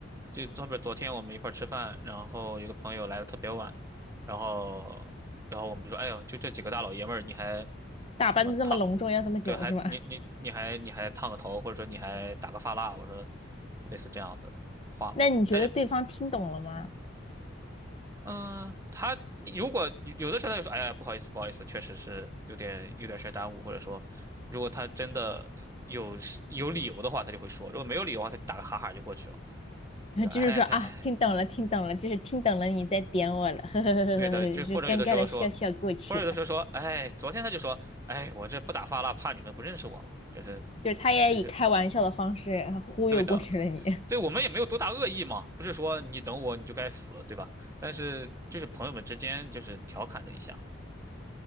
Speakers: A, on the right (about 15°); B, on the left (about 30°).
A: 就后边昨天我们一块儿吃饭，然后有个朋友来的特别晚，然后然后我们就说，哎呦，就这几个大老爷们儿，你还
B: 打扮的这么隆重，
A: 什么烫？
B: 要这么久是吧？
A: 对，还你你你还你还烫个头，或者说你还打个发蜡，我说类似这样的话嘛但是，
B: <laughs> 那你觉得对方听懂了吗？
A: 嗯、他如果有的时候他就说，哎呀，不好意思，不好意思，确实是有点有点事儿耽误，或者说，如果他真的有有理由的话，他就会说；如果没有理由的话，他打个哈哈就过去了，
B: 然后就是说啊，
A: 就说，哎嗨嗨嗨，
B: 听懂了，听懂了，就是听懂了，你在点我了，<laughs> 呵呵呵呵呵呵，
A: 对的，就或者有的时候说，
B: 就尴尬的笑笑过去了。
A: 或者有的时候说，哎，昨天他就说，哎，我这不打发了，怕你们不认识我了，就是
B: 就是他也以开玩笑的方式忽悠过去了你。
A: 就是对的，对我们也没有多大恶意嘛，不是说你等我你就该死，对吧？但是就是朋友们之间就是调侃了一下。